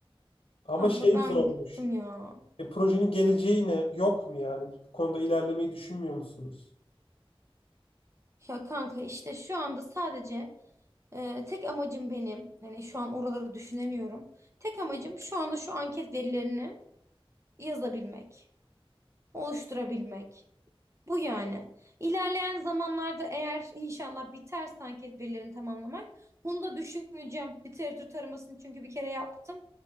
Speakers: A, on the left (about 80°); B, on the right (about 30°).
A: Ama
B: Kanka
A: şey
B: ben
A: zormuş.
B: bıktım ya.
A: E, projenin geleceği ne? Yok mu yani? Bu konuda ilerlemeyi düşünmüyor musunuz?
B: Ya kanka işte şu anda sadece Ee, tek amacım benim hani şu an oraları düşünemiyorum. Tek amacım şu anda şu anket verilerini yazabilmek, oluşturabilmek. Bu yani. İlerleyen zamanlarda eğer inşallah biterse anket verilerini tamamlamak, bunu da düşüneceğim. Literatür taramasını çünkü bir kere yaptım.